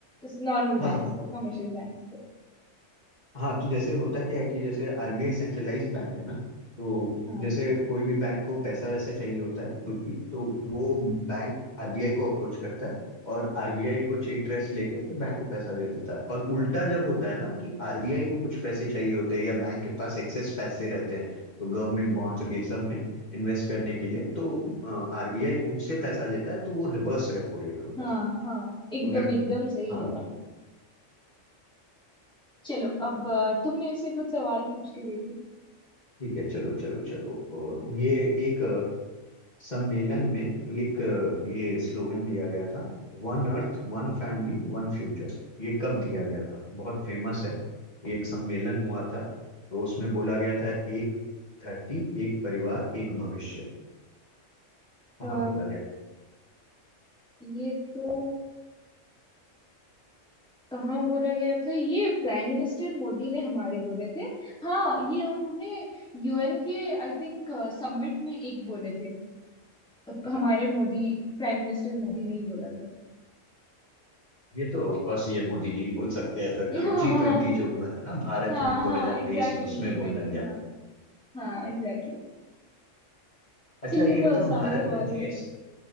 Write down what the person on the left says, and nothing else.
हाँ
हाँ
हाँ तो जैसे होता क्या है कि जैसे आरबीआई सेंट्रलाइज्ड बैंक है ना तो
जैसे कोई भी बैंक को पैसा वैसा चाहिए होता है कुछ भी तो वो बैंक आरबीआई को अप्रोच करता है और आरबीआई कुछ इंटरेस्ट लेके फिर बैंक को पैसा दे देता है और उल्टा जब होता है ना कि आरबीआई को कुछ पैसे चाहिए होते हैं या बैंक के पास एक्सेस पैसे रहते हैं तो गवर्नमेंट बॉन्ड्स और ये सब में इन्वेस्ट करने के लिए तो आरबीआई उनसे पैसा लेता है तो वो रिवर्स रेपो रेट होता
है
तो रेप
हाँ
तो
ठीक है चलो चलो चलो अ,
ये एक सम्मेलन में एक अ, ये स्लोगन दिया गया था one earth one family one future ये कब दिया गया था बहुत फेमस है ये एक सम्मेलन हुआ था तो उसमें बोला गया था एक धरती एक परिवार एक भविष्य कहाँ
बोला गया था
ये तो ऑफ कोर्स ये मोदी जी ही बोल सकते हैं ऐसा
काम जी ट्वेंटी जो हुआ था ना भारत
में 2023
में उसमें
बोला गया
था
अच्छा
ये
बताओ
भारत
में जीएस